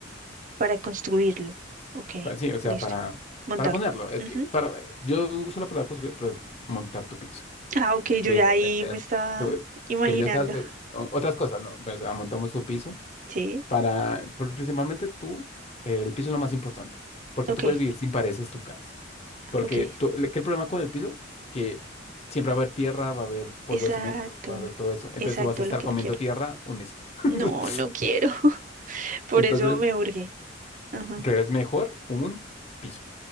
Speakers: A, on the right; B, on the left.
A: para construirlo. Ok,
B: Pa- Sí, o sea,
A: listo.
B: para,
A: Montarlo.
B: para ponerlo. Es
A: Ujú.
B: que para, yo uso la palabra construir, pero es montar tu piso.
A: Ah, ok,
B: Que,
A: yo ya ahí
B: ve- ve-
A: me estaba
B: tú-
A: imaginando.
B: que ya estás, ve- o- otras cosas, no. O sea, montamos tu piso
A: Sí.
B: para, por- principalmente tú, eh, el piso es lo más importante, porque
A: Ok,
B: tú puedes vivir sin paredes tu casa. Porque
A: ok.
B: tú- le- ¿qué el problema con el piso? Que siempre va a haber tierra, va a haber polvo
A: Exacto.
B: de cemento, va a haber todo eso. Entonces
A: Exacto,
B: tú vas a estar
A: lo que
B: comiendo
A: no quiero.
B: tierra un mes. <laughs>
A: No, no quiero. <laughs> Por
B: Entonces,
A: eso me urge. Ajá.
B: creo es mejor un piso.